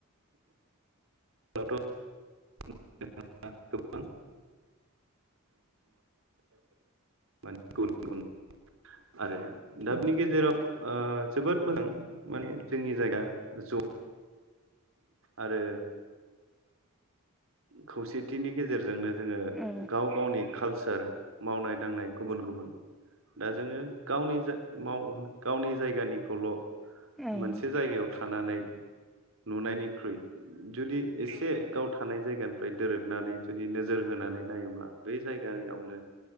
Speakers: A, on the right; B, in the centre.
A: <unintelligible> <unintelligible> माने गुबुन
B: औ
A: गुबुन आरो दाबनि गेजेराव ओ जोबोद मोजां माने जोंनि जायगा ज' आरो खौसेथिनि गेजेरजोंनो जोङो
B: औ
A: गाव गावनि कालसार मावनाय दांनाय गुबुन गुबुन दा जोङो गावनि-गाव गावनि जायगानिखौल'
B: औ
A: मोनसे जायगायाव थानानै नुनायनिख्रुइ जुदि एसे गाव थानाय जायगानिफ्राय दोरोदनानै जुदि नोजोर होनानै नायोब्ला बे जायगायावनो